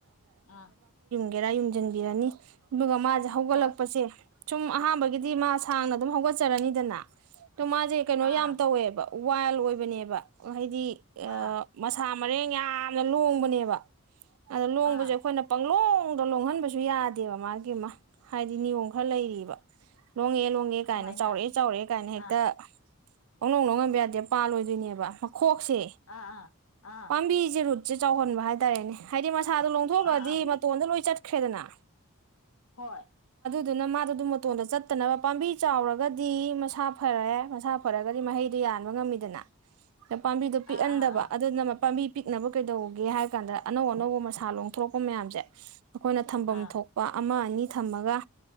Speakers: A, on the left; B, on the right.
A: ꯑꯥ
B: ꯦꯔ ꯦꯔ ꯌꯨꯝꯁꯤꯟꯕꯤꯔꯅꯤ ꯑꯗꯨꯒ ꯍꯧꯒꯠꯂꯛ
A: ꯍꯣꯏ
B: ꯑꯍꯥꯟꯕꯗꯤ ꯑꯗꯨꯝ ꯍꯧꯒꯠꯆꯔꯅꯤꯗꯅ ꯑꯗꯣ ꯃꯥꯁꯦ ꯀꯩꯅꯣ ꯌꯥꯝ
A: ꯑꯥ
B: ꯇꯧꯋꯦꯕ ꯋꯥꯏꯜ ꯑꯣꯏꯕꯅꯦꯕ ꯍꯥꯏꯗꯤ ꯑ
A: ꯑꯥ
B: ꯃꯁꯥ ꯃꯔꯦꯡ ꯌꯥꯝꯅ ꯂꯣꯡꯕꯅꯦꯕ ꯑꯗꯣ ꯂꯣꯡꯕꯁꯦ
A: ꯑꯥ
B: ꯑꯩꯈꯣꯏꯅ ꯄꯪꯂ ꯈꯨꯡꯗ ꯂꯣꯡꯍꯟꯕꯁꯨ ꯌꯥꯗꯦꯕ ꯃꯥꯒꯤ ꯑꯃ ꯍꯥꯏꯗꯤ ꯅꯤꯌꯣꯝ ꯈꯔ ꯂꯩꯔꯤꯕ ꯂꯣꯡꯉꯦ ꯂꯣꯡꯉꯦ ꯀꯥꯏꯅ
A: ꯀꯃꯥꯏꯅ
B: ꯆꯥꯎꯔꯛꯑꯦ ꯆꯥꯎꯔꯛꯑꯦ ꯀꯥꯏꯅ ꯍꯦꯛꯇ
A: ꯑꯥ
B: ꯀ ꯅꯧ ꯅ ꯉꯝꯕ ꯌꯥꯗꯦ ꯄꯥꯜꯂꯣꯏꯗꯣꯏꯅꯦꯕ ꯈꯣꯛꯁꯦ
A: ꯑꯥ ꯑꯥ ꯑꯥ
B: ꯄꯥꯝꯕꯤꯁꯦꯔꯨꯠ ꯆꯦ ꯆꯥꯎꯍꯟꯕ ꯍꯥꯏꯇꯥꯔꯦꯅꯦ ꯍꯥꯏꯗꯤ ꯃꯁꯥꯗꯣ ꯂꯣꯡꯊꯣꯛꯑꯗꯤ
A: ꯑꯥ ꯑꯥ
B: ꯑꯩꯏ ꯆꯠꯈ꯭ꯔꯦꯗꯅ
A: ꯍꯣꯏ
B: ꯑꯗꯨꯅ ꯃꯥꯗꯨ ꯑꯗꯨꯝ ꯃꯇꯣꯟꯗ ꯆꯠꯇꯅꯕ ꯄꯥꯝꯕꯤ ꯆꯥꯎꯔꯒꯗꯤ ꯃꯁꯥ ꯐꯔꯦ ꯃꯁꯥ ꯐꯔꯒꯗꯤ ꯃꯍꯩꯗꯨ ꯌꯥꯟꯕ ꯉꯝꯃꯤꯗꯅ ꯄꯥꯝꯕꯤꯗꯨ ꯄꯤꯛꯍꯟꯗꯕ
A: ꯑꯥ ꯑꯥ ꯑꯥ
B: ꯑꯗꯨꯅ ꯄꯥꯝꯕꯤ ꯄꯤꯛꯅꯕ ꯀꯩꯗꯧꯒꯦ ꯍꯥꯏꯕ ꯀꯥꯟꯗ ꯑꯅꯧ ꯑꯅꯧꯕ ꯃꯁꯥ ꯂꯣꯡꯊꯣꯔꯛꯄ ꯃꯌꯥꯝꯁꯦ ꯑꯩꯈꯣꯏꯅ ꯊꯝꯐꯝ
A: ꯑꯥ
B: ꯊꯣꯛꯄ ꯑꯃ ꯑꯅꯤ ꯊꯝꯃꯒ